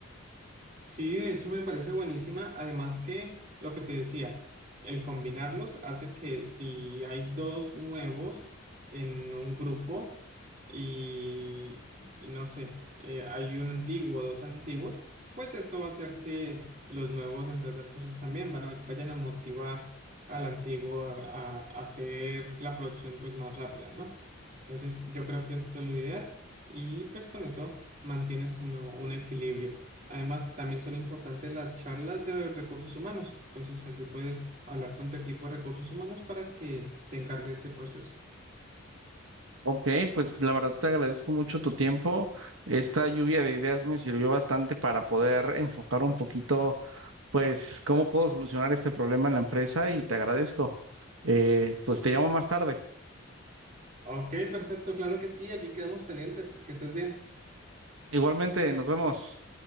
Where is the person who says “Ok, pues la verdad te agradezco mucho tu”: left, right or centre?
Right